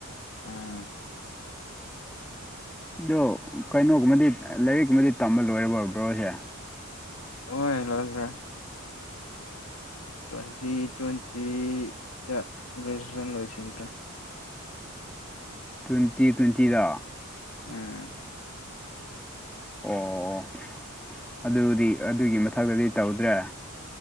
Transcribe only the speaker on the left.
ꯎꯝ
ꯑꯣꯢ ꯂꯣꯢꯈ꯭ꯔꯦ ꯇ꯭ꯋꯦꯟꯇꯤ ꯇ꯭ꯋꯦꯟꯇꯤꯗ ꯒ꯭ꯔꯦꯖꯨꯑꯦꯁꯟ ꯂꯣꯏꯁꯤꯟꯈ꯭ꯔꯦ
<unintelligible>